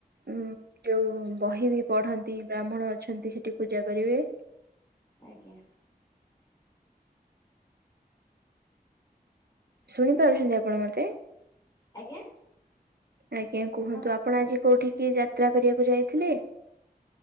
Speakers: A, on the right (about 85°); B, on the left (about 25°).
A: ଉଁ ଯୋଉ ବହି ବି ପଢନ୍ତି ବ୍ରାହ୍ମଣ ଅଛନ୍ତି ସେଠି ପୂଜା କରିବେ।
B: ଆଜ୍ଞା।
A: ଶୁଣିପାରୁଛନ୍ତି ଆପଣ ମୋତେ?
B: ଆଜ୍ଞା।
A: ଆଜ୍ଞା କୁହନ୍ତୁ
B: ହଁ।
A: ଆପଣ ଆଜି କୋଉଠିକି ଯାତ୍ରା କରିବାକୁ ଯାଇଥିଲେ?